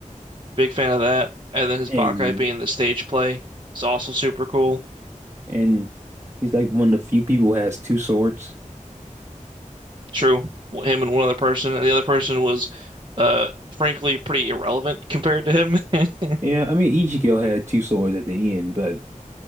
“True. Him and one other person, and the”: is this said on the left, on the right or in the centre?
Right